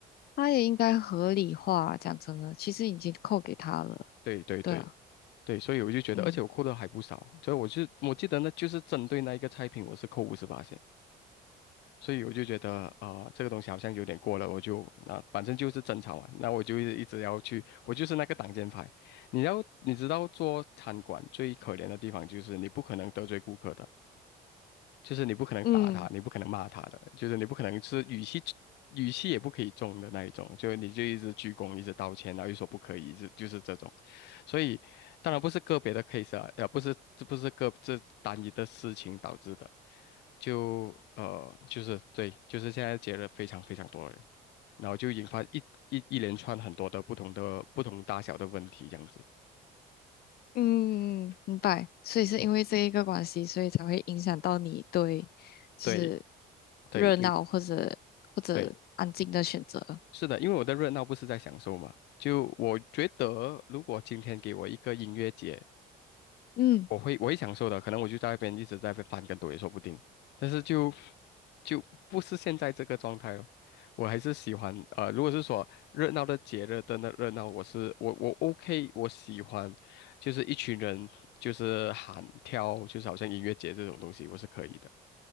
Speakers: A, on the left (about 65°); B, on the left (about 85°).
A: 他也应该合理化，讲真的，其实已经扣给他了，
B: 对对对
A: 对啊，
B: 对，所以我就觉得，
A: 嗯
B: 而且我扣的还不少，所以我就我记得呢，就是针对那一个菜品，我是扣五十八所以我就觉得啊、呃这个东西好像有点过了，我就啊、呃反正就是争吵啊，那我就一直要去，我就是那个挡箭牌。你要你知道做餐馆最可怜的地方就是你不可能得罪顾客的，就是你不可能打他，
A: 嗯
B: 你不可能骂他的，就是你不可能是语气语气也不可以重的那一种，就你就一直鞠躬，一直道歉，然后又说不可以，就就是这种。所以当然不是个别的 case 啊，呃，不是这不是个这单一的事情导致的，就呃就是对，就是现在结了非常非常多人，然后就引发一一一连串很多的不同的不同大小的问题这样子。
A: 嗯，明白，所以是因为这一个关系，
B: 嗯，
A: 所以才会影响到你对就是
B: 对对对
A: 热闹或者或者安静的选择，
B: 对。是的，因为我的热闹不是在享受嘛。就我觉得，如果今天给我一个音乐节，
A: 嗯，
B: 我会我会享受的，可能我就在那边一直在那边翻跟斗也说不定。但是就就不是现在这个状态了。我还是喜欢呃，如果是说热闹的节日的那热闹，我是我我 OK，我喜欢就是一群人就是喊跳，就是好像音乐节这种东西，我是可以的。